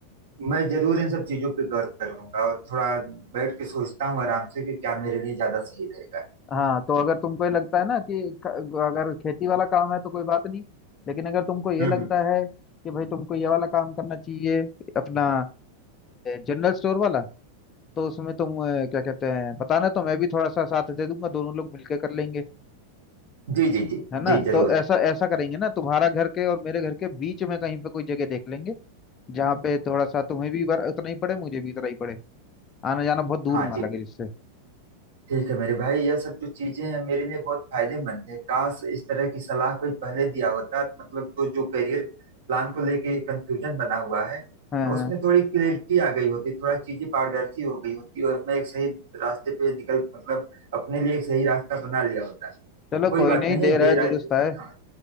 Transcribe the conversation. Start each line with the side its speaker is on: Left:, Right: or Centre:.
Right: मैं जरूर इन सब चीजों पे गौर करूंगा और थोड़ा बैठ के सोचता हूँ आराम से कि क्या मेरे लिए ज्यादा सही रहेगा
Left: हाँ तो अगर तुमको ये लगता है ना कि क- अगर खेती वाला काम है तो कोई बात नहीं लेकिन अगर तुमको ये
Right: हम्म
Left: लगता
Right: हम्म,
Left: है कि भाई तुमको ये वाला काम करना चाहिए अपना जनरल स्टोर वाला तो उसमें तुम अ, क्या कहते हैं बताना तो मैं भी थोड़ा सा साथ दे दूंगा दोनों लोग मिलकर कर लेंगे
Right: जी जी जी
Left: है ना
Right: जी जरूर
Left: तो ऐसा ऐसा करेंगे ना तुम्हारा घर के और मेरे घर के बीच में कहीं पे कोई जगह देख लेंगे जहाँ पे थोड़ा सा तुम्हें भी वर- उतना ही पड़े मुझे भी उतना ही पड़े आना जाना बहुत दूर
Right: हाँ
Left: ना
Right: जी
Left: लगे जिससे
Right: ठीक है मेरे भाई यह सब जो चीजें हैं मेरे लिए बहुत फायदेमंद है काश इस तरह की सलाह कोई पहले दिया होता मतलब तो जो करियर प्लान को लेके कंफ्यूजन बना हुआ है
Left: हाँ हाँ
Right: उसमें थोड़ी क्लियरिटी आ गई होती थोड़ा चीजें पारदर्शी हो गई होती और मैं एक सही रास्ते पे निकल मतलब अपने लिए एक सही रास्ता बना लिया होता
Left: चलो
Right: कोई
Left: कोई
Right: बात
Left: नहीं
Right: नहीं
Left: देर
Right: देर
Left: है दुरुस्त
Right: आए तो-
Left: है
Right: हाँ